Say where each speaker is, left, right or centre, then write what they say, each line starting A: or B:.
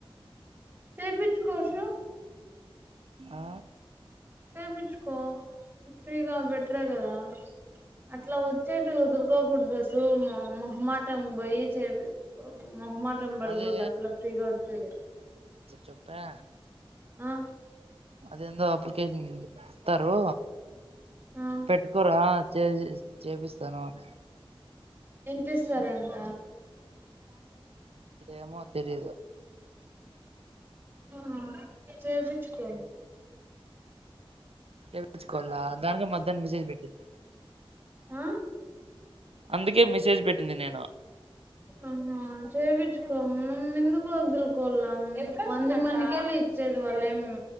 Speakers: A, on the right; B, on the right.
A: చేపిచ్చుకో సో
B: ఆ
A: చేపిచ్చుకో ఫ్రీగా బెటరే కదా అట్లా వచ్చేటివి వదులుకోకూడదు వసు, మొహ్ మొహమాటం బోయి చే మొహమ్మాటం బడుగుడుదు
B: అదే
A: అట్లా ఫ్రీగా వచ్చేది
B: చెప్పే
A: ఆ
B: అదేందో అప్లికేషన్ ఇస్తారు
A: ఆ
B: పెట్టుకోరా చేజి చేపిస్తాను అనే
A: ఎంతిస్సార్ అంట
B: ఏమో తెలీదు
A: ఆ చేపిచ్చుకో
B: చేయించుకోల దానిక మధహ్న మిసేజ్ పెట్టింది
A: ఆ
B: అందుకే మెసేజ్ పెట్టింది నేను
A: ఆహా జవి చ్చుకో మం ఎందుకు వదులుకోళం మంది మందికెళ్ళ ఇచ్చేది వాళ్ళ ఏం